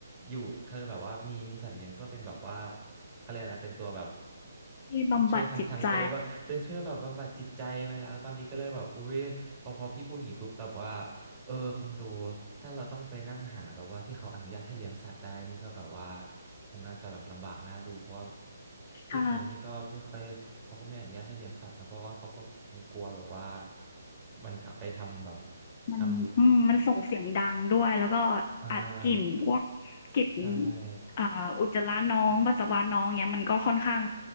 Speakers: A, on the right (about 15°); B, on the left (about 35°).
A: อยู่คือแบบว่ามีมีสัตว์เลี้ยงเพื่อเป็นแบบว่าเขาเรียกอะไรนะเป็นตัวแบบ
B: ที่บำบัดจิตใจ
A: ช่วยทางทางเออแบบเป็นช่วยแบบบำบัดจิตใจไปแล้วตอนนี้ก็เลยแบบอุ้ยพอพอพี่พูดอย่างนี้ปุ๊บแบบว่า เออคอนโดถ้าเราต้องไปนั่งหาแบบว่าที่เขาอนุญาตให้เลี้ยงสัตว์ได้นี่ก็แบบว่าคงน่าจะแบบลำบากน่าดูเพราะว่าที่ไทยนี่ก็ไม่ค่อยเขาก็ไม่อนุญาตให้เลี้ยงสัตว์นะเพราะว่าเขาก็คงกลัวแบบว่า
B: ใช่
A: มันถ้าไปทำแบบ
B: มันอืมมันส่งเสียงดังด้วยแล้วก็
A: ทำอ่า
B: อัดกลิ่นพวกกลิ่น
A: ใช่
B: อ่าอุจจาระน้องปัสสาวะน้องเนี้ยมันก็ค่อนข้าง